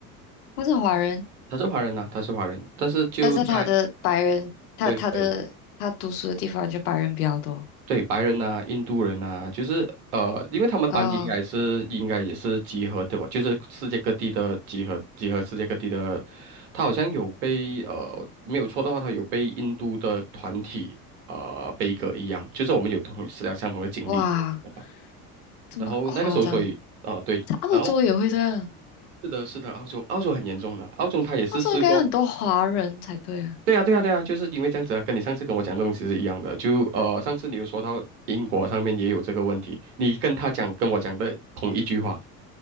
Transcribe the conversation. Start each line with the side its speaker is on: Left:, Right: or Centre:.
Left: 他是华人，
Right: 他是华人呐、他是华人，但是就在
Left: 但是他的白人，他他的他读书的地方就白人比较多
Right: 对对对，白人呐、印度人呐、就是呃，因为他们班级应该是应该也是集合对吧？
Left: 啊，
Right: 就是世界各地的集合，集合世界各地的。他好像有被呃，没有错的话，他有被印度的团体呃悲歌一样，就是我们有同是相同的经历这样
Left: 哇，这么夸张，
Right: 然后那个时候，所以啊、呃对，
Left: 在澳洲也会这样，
Right: 然后是的，是的，澳洲澳洲很严重的，澳洲他也是试过。
Left: 澳洲应该很多华人才对啊，
Right: 对啊，对啊，对啊，就是因为这样子啊，跟你上次跟我讲的东西是一样的。就呃，上次你有说到英国上面也有这个问题，你跟他讲跟我讲的同一句话，